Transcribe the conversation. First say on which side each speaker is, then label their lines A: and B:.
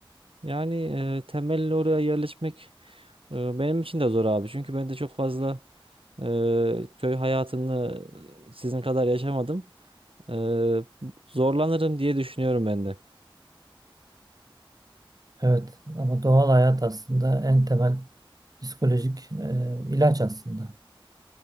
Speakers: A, on the right; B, on the right.
A: Yani e, temelli oraya yerleşmek e, benim için de zor abi. Çünkü ben de çok fazla e, köy hayatını sizin kadar yaşamadım. E, zorlanırım diye düşünüyorum ben de.
B: Evet ama doğal hayat aslında en temel psikolojik e, ilaç aslında.